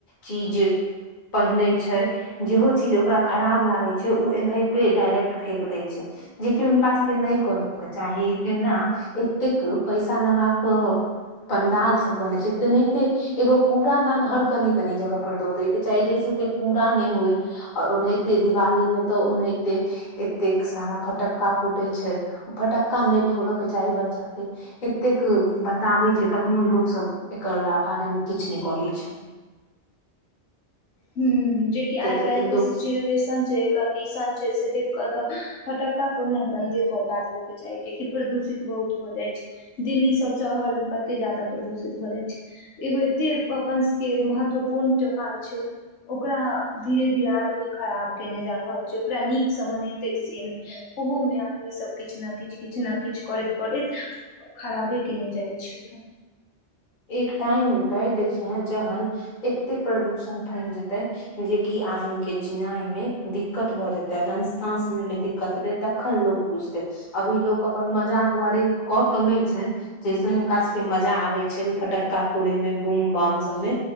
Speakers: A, on the left; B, on the left.
A: चीज पहिनै छै जेहो चीज ओकरा खराब लागै छै ओ एनाहि डायरेक्ट फेेक दै छै जेकि हुनका सबके नहि करय के चाही जेना एतेक पैसा लगा कऽ पंडाल सब बनैत छै तनहिते एगो कूड़ा हर कनि कनि जगह पर दऽ दै चाहि जे से एतेक कूड़ा नहि होइ और ओनाहिते दिवाली में तो ओनाहित ए एतेक सारा फटक्का फूटै छै ओ फटक्का नहि फोड़य के चाही बच्चा के एतेक बताबै छै तखनो लोक सब एकरा बारेमे किछु नहि करै छै
B: ह जेकि
A: कैलेकि
B: आइ काइलके
A: लोक
B: सिचुएशन छै डीशन छै से देख कऽ तऽ फटक्का फोड़नाय बन्दे क देबयके चाही कियेकि प्रदूषित बहुत भऽ जाइ छै दिल्ली सब शहरमे कते ज्यादा प्रदूषित भऽ जाइ छै एगो एते अपन सबके महत्वपूर्ण त्योहार छै ओकरा धीरे धीरे आदमी खराब कयने जा रहल छै ओकरा नीकसँ मनेतै से नहि ओहोमे आदमीसभ किछु ने किछु किछु ने किछु करैत करैत खराबे कयने जाइ छै
A: एक टाइम ते देखिये जहन एते प्रदूषण फैल जेते जेकि आदमी के जिनाय में दिक्कत भऽ जेते जहन साँस ले में दिक्कत हेते तखन लोक बुझते अभी लोक अपन मजा दुआरे क चले छै जैस हुनका सब के मजा आबे छै फटक्का फोड़े में बूम बाम सबमे